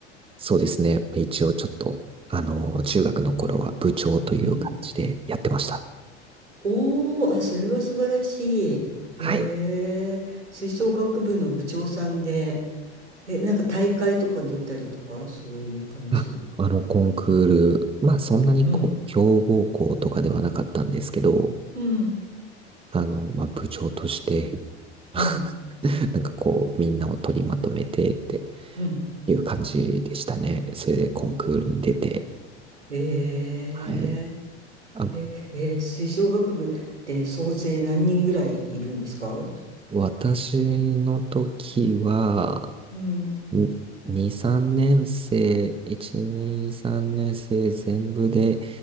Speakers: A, on the right; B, on the right.
A: そうですね。一応ちょっと、あの、中学の頃は部長という感じでやってました。
B: うん。おお、あ、それは素晴らしい。へ
A: はい。
B: え、吹奏楽部の部長さんで、え、なんか大会とか出たりとか、そういう感じ。
A: あ、あの、コンクール、まあ、そんなにこう、
B: うん、
A: 強豪校とかではなかったんですけど、
B: うん、
A: あの、まあ、部長として、
B: うん、
A: <laughs> なんかこう、みんなを取りまとめてって
B: うん。
A: いう感じでしたね。それでコンクールに出て、
B: ええ
A: はい。あ、
B: え、えー、吹奏楽部って総勢何人ぐらいいるんですか
A: 私の時は、
B: うん、
A: ににさん2、3年生、1、2、3年生全部で